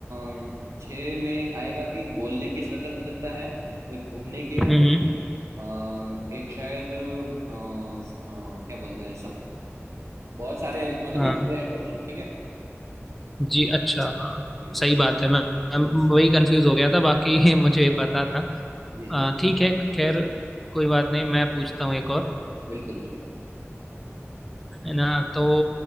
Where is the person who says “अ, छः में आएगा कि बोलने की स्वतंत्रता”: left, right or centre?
Right